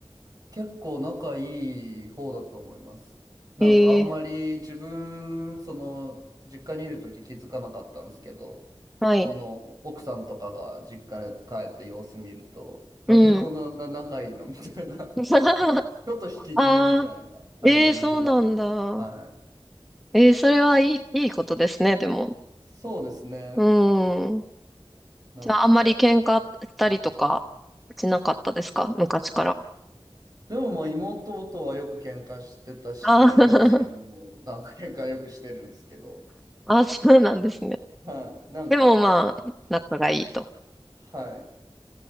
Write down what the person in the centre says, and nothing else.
ええ
はい。
うん。<laughs>
ああ、ええそうなんだ。
ええそれはいい、いいことですね、でも。
うん。
じゃあ、あんまり喧嘩したりとかしなかったですか昔から。
あー
<laughs> あー、そうなんですね。
でもまあ、仲がいいと。